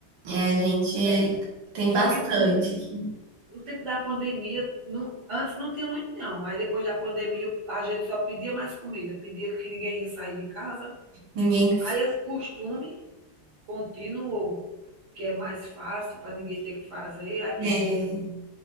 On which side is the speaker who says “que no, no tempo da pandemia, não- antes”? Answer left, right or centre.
Right